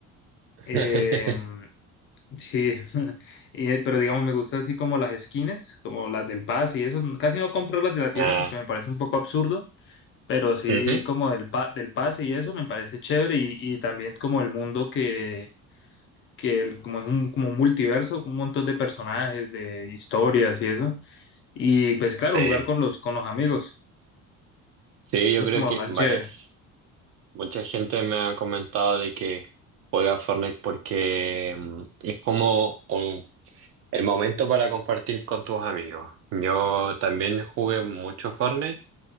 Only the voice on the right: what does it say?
<laughs>
Ah,
ujú.
Sí.
Sí,
yo
creo
que
varias,
mucha gente me ha comentado de que juega Fortnite porque mm, es como un- el momento para compartir con tus amigos. Yo también jugué mucho Fortnite.